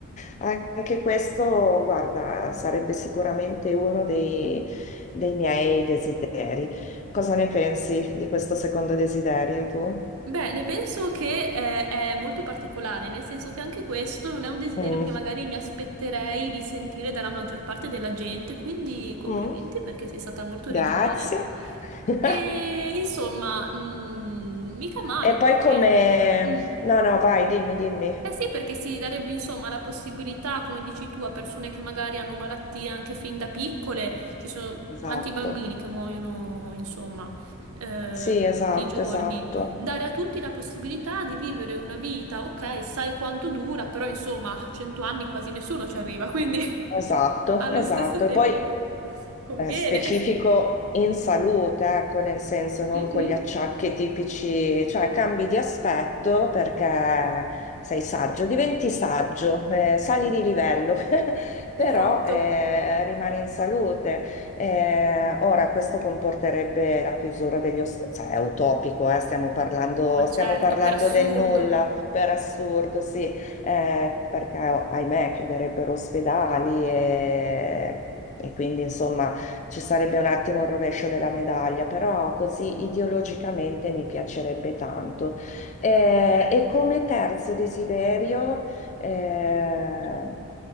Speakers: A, on the left; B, on the right.
A: <laughs> anche questo, guarda, sarebbe sicuramente uno dei, dei miei desideri. Cosa ne pensi di questo secondo desiderio tu?
B: Beh, ne penso che eh, è molto particolare, nel senso che anche questo non è un desiderio
A: Mm,
B: che magari mi aspetterei di sentire dalla maggior parte della gente, quindi complimenti
A: mm,
B: perché sei stata molto
A: grazie.
B: originale.
A: <laughs>
B: E insomma, mm, mica male
A: E poi
B: perché...
A: come...
B: mm.
A: No, no, vai, dimmi, dimmi.
B: Eh sì, perché si darebbe insomma la possibilità, come dici tu, a persone che magari hanno malattie anche fin da piccole, ci sono
A: Esatto.
B: quanti bambini che muoiono, insomma, eh,
A: Sì, esatto,
B: tutti i giorni,
A: esatto,
B: dare a tutti la possibilità di vivere una vita, ok, sai quanto dura, però insomma, a 100 anni quasi nessuno ci arriva, quindi
A: esatto,
B: <laughs> allo
A: esatto.
B: stesso tempo
A: E poi
B: dico, conviene.
A: eh, specifico in salute, ecco, nel senso non
B: Mhm,
A: con gli acciacchi tipici, cioè cambi di aspetto perché sei saggio, diventi saggio, eh, sali di livello, <laughs>
B: esatto,
A: però eh, rimani in salute. Eh, ora, questo comporterebbe la chiusura degli ospedali, cioè è utopico, eh, stiamo parlando,
B: ma
A: stiamo
B: certo,
A: parlando
B: per assurdo.
A: del nulla, per assurdo, sì, eh, perché ahimè chiuderebbero ospedali e e quindi insomma ci sarebbe un attimo il rovescio della medaglia, però così ideologicamente mi piacerebbe tanto. Eh, e come terzo desiderio, eh,